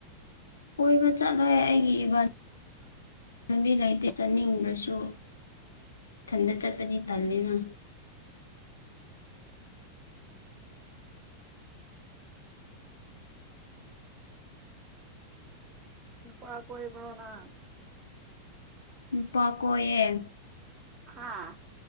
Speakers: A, on the left; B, on the right.
A: ꯀꯣꯏꯕ ꯆꯠꯂꯣꯏ ꯑꯩꯒꯤ ꯏꯕꯥ
B: <unintelligible>
A: ꯆꯅꯕꯤ ꯂꯩꯇ ꯆꯥꯅꯤꯡꯗꯁꯨ ꯊꯟꯗ ꯆꯠꯄꯗꯤ ꯇꯜꯜꯂꯤꯦꯅ
B: ꯎꯄꯥ ꯀꯣꯏꯕꯔꯣꯅꯥ
A: ꯅꯨꯄꯥ ꯀꯣꯌꯦꯦ
B: ꯍꯥꯥ